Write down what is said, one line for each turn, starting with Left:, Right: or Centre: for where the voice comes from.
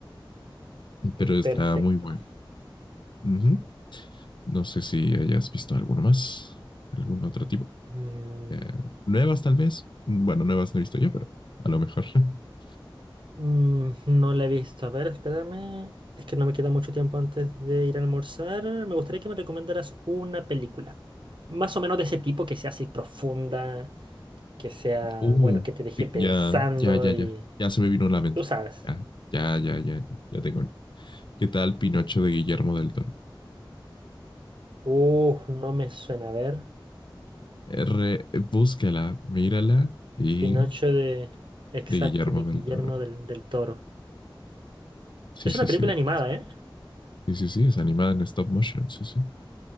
Left: Pero está
Right: Perfecto.
Left: muy bueno. Uh -huh. No sé si hayas visto alguno más, algún otro tipo.
Right: Mm,
Left: Eh, nuevas tal vez. Bueno, nuevas no he visto yo, pero a lo mejor. <laughs>
Right: mm, no la he visto. A ver, espérame. Es que no me queda mucho tiempo antes de ir a almorzar. Me gustaría que me recomendaras una película. Más o menos de ese tipo, que sea así profunda, que sea,
Left: Uh,
Right: bueno, que te deje pensando
Left: ya, ya, ya, ya.
Right: y...
Left: Ya se me vino a la mente.
Right: Tú sabes.
Left: Ya, ya, ya, ya, ya tengo. ¿Qué tal Pinocho de Guillermo del Toro?
Right: Uh, no me suena. A ver.
Left: R, búscala, mírala y
Right: Pinocho de... Exacto,
Left: de Guillermo
Right: de
Left: del
Right: Guillermo
Left: Toro.
Right: del, del Toro.
Left: Sí,
Right: Es
Left: sí,
Right: una película
Left: sí, debería.
Right: animada, ¿eh?
Left: Sí, sí, sí, es animada en stop motion, sí, sí.